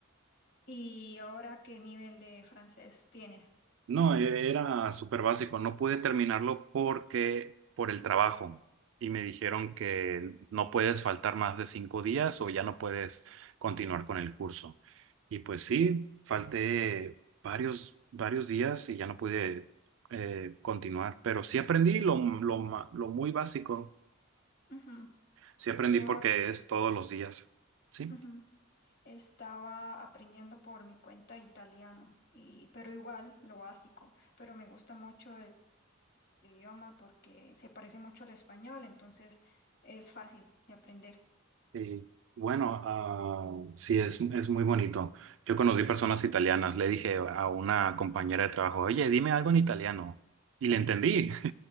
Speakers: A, on the left; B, on the right.
A: ¿Y ahora qué nivel de francés tienes?
B: No, e- era súper básico. No pude terminarlo porque por el trabajo. Y me dijeron que no puedes faltar más de cinco días o ya no puedes continuar con el curso. Y pues sí, falté varios, varios días y ya no pude eh, continuar. Pero sí aprendí lo, lo, ma- lo muy básico.
A: Ujú.
B: Sí aprendí
A: Yo
B: porque es todos los días. Sí.
A: ujú, estaba aprendiendo por mi cuenta italiano, y, pero igual lo básico, pero me gusta mucho el idioma porque se parece mucho al español, entonces es fácil de aprender.
B: Sí. Bueno, ah, sí, es, es muy bonito. Yo conocí personas italianas. Le dije a una compañera de trabajo, oye, dime algo en italiano. Y le entendí.